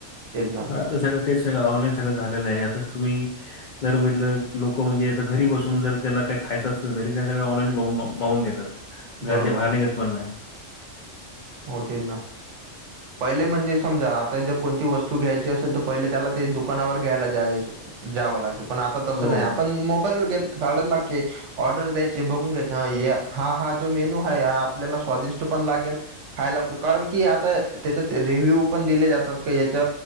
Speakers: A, on the right (about 70°); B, on the left (about 70°).
A: तेच ना.
B: पण आता सगळं ते सग ऑनलाईन सगळं झालेलं आहे, यातच तुम्ही जर बघितलं लोक म्हणजे आता घरी बसून जर त्याला काय खायचं अस ल तरी त्या सगळ ऑनलाईन बघू बघून घेतात. घराच्या
A: बरोबर
B: बाहेर निघत पण नाही.
A: हो तेच ना. पहिले म्हणजे समजा आता ज्यर कोणती वस्तू घ्यायची असेल तर पहिले त्याला ते दुकानावर घ्यायला ज्याय ज्यावं लागत, पण आता तसं
B: हो,
A: आपण मोबाईल घेत काढला की ऑर्डर द्यायची बघून घ्यायच ह ये, हा हा, ज्यो मेनू आहे हा आपल्याला स्वादिष्ट पण लागेल खायला पण, कारण की आता तेच्यात रिव्ह्यू पण दिले जातात की याच्य